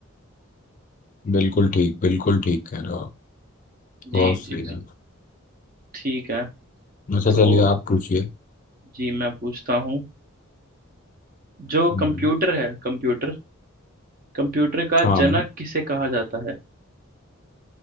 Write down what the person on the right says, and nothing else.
जी
जी
जी ठीक है
तो
जी मैं पूछता हूँ जो
कंप्यूटर है कंप्यूटर कंप्यूटर का
जनक किसे कहा जाता है